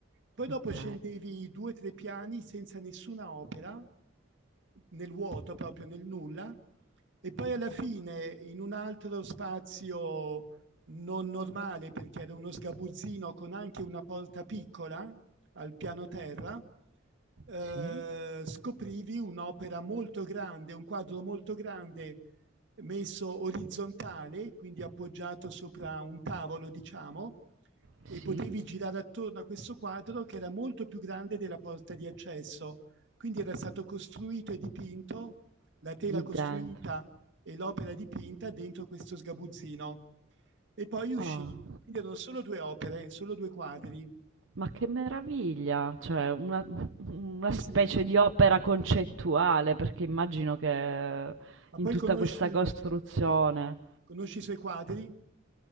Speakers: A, on the right; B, on the right.
A: Poi dopo
B: ok,
A: scendevi due o tre piani senza nessuna opera nel vuoto, proprio nel nulla, e poi alla fine in un altro spazio non normale, perché era uno sgabuzzino con anche una porta piccola al piano terra, eh,
B: sì,
A: scoprivi un'opera molto grande, un quadro molto grande messo orizzontale, quindi appoggiato sopra un tavolo, diciamo,
B: sì,
A: e potevi girare attorno a questo quadro che era molto più grande della porta di accesso quindi era stato costruito e dipinto, la tela
B: lì
A: costruita
B: dentro.
A: e l'opera dipinta dentro questo sgabuzzino. E poi uscì.
B: Oh,
A: Quindi erano solo due opere, solo due quadri.
B: ma che meraviglia! Cioè, una, una
A: Sì,
B: specie
A: sì.
B: di opera concettuale, perché immagino che
A: Ma
B: in
A: poi
B: tutta
A: conosci,
B: questa costruzione.
A: conosci i suoi quadri?